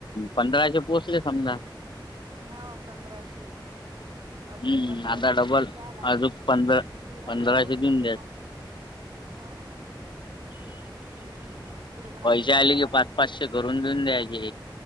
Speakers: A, on the left; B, on the right.
A: पंधराशे पोहचले समजा.
B: हाव पंधराशे.
A: हम्म
B: अजून पंधराशे
A: आता
B: ला
A: डबल
B: द्याय लागते.
A: अजून पंधरा
B: तीन हजार
A: पंधराशे
B: होऊन
A: देऊन
B: जाते
A: द्या
B: मग. हा. तिला म्हणा
A: पैशे
B: तीन हजारातच
A: आले की पाच -पाचशे
B: घे
A: करून देऊन द्याचे.